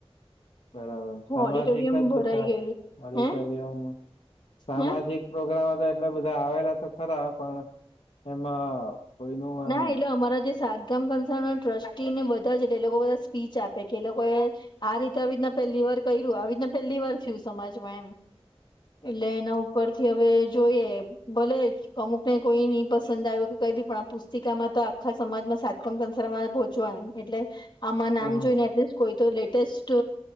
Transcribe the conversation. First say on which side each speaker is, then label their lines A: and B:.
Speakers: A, on the left; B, on the left.
A: બરાબર સામાજિક
B: ઓડિટોરિયમ
A: જ
B: ભરાઈ
A: બધા
B: ગયેલું હે
A: <unintelligible> સામાજિક
B: હે
A: પ્રોગ્રામ તો એટલે બધા આવેલા તો ખરા પણ એમાં કોઈનું આમ
B: ના એટલે અમારા જે સાગામ કંસ ટ્રસ્ટી ને બધા જ એટલે એ લોકો બધા સ્પીચ આપે કે એ લોકો એ આ રીતે આવી રીતના પહેલી વાર કર્યું આવી રીતના પહેલી વાર થયું સમાજમાં એમ એટલે એના ઉપરથી હવે જોઈએ ભલે અમુક ને કોઈ ની પસંદ આવ્યો કે કઈ પણ <inaudible> તિકામાં તો આખા સમાજમાં સાતકણ સંસારમાં પહોચવા ન એટલે આમાં નામ
A: હ હ
B: જોઈને એટલે કોઈ તો લેટેસ્ટ